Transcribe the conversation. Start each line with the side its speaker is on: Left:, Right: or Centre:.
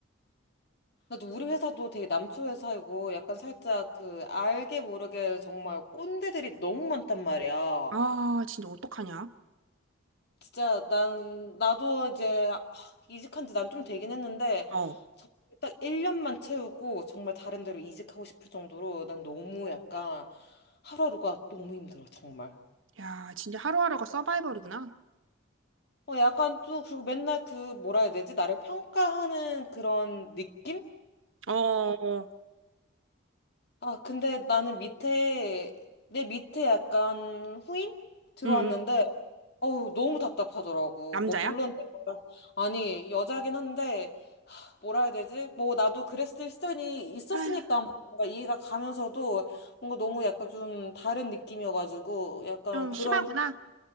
Left: 나도 우리 회사도 되게 남초 회사이고 약간 살짝 그 알게 모르게 정말 꼰대들이 너무 많단 말이야.
Right: 아, 진짜 어떡하냐?
Left: 진짜 난, 나도 이제 아, 이직한 지 난 좀 되긴 했는데
Right: 어.
Left: 정말 딱 1년만 채우고 정말 다른 데로 이직하고 싶을 정도로 난 너무 약간 하루하루가 너무 힘들어, 정말.
Right: 야, 진짜 하루하루가 서바이벌이구나.
Left: 어, 약간 또, 그리고 맨날 그, 뭐라 해야 되지? 나를 평가하는 그런 느낌?
Right: 어, 어,
Left: 아, 근데 나는 밑에, 내 밑에 약간 후임? 들어왔는데,
Right: 응, 응.
Left: 어우, 너무 답답하더라고.
Right: 남자야?
Left: 뭐, 물론, 내가- 아니, 여자긴 한데, 뭐라 해야 되지? 뭐, 나도 그랬을 시절이 있었으니까
Right: 아휴,
Left: 뭔가 이해가 가면서도 뭔가 너무 약간 좀 다른 느낌이어가지고, 약간
Right: 좀
Left: 그런,
Right: 심하구나.